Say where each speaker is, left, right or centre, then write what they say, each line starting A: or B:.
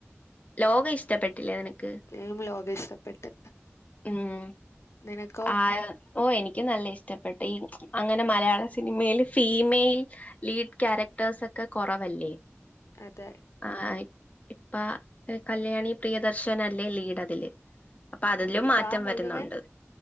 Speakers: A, on the left (about 30°); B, on the left (about 70°).
A: ലോകം ഇഷ്ടപ്പെട്ടില്ലേ നിനക്ക്
B: <unintelligible> ലോകം ഇഷ്ടപ്പെട്ട്
A: ഉം
B: നിനക്കോ
A: ആ ഓ എനിക്ക് നല്ല ഇഷ്ടപ്പെട്ട് ഈ അങ്ങനെ മലയാള സിനിമൽ ഫീമെയിൽ ലീഡ് ക്യാരക്ടേഴ്സ് ഒക്കെ കുറവല്ലേ
B: അതെ
A: ആഹ് ഇപ്പ കല്യാണി പ്രിയദർശന അല്ലേ ലീഡ് അതില് അപ്പൊ അതിലും
B: അതെ ഇപ്പൊ
A: മാറ്റം
B: ആ മുഴുവൻ
A: വരുന്നുണ്ട്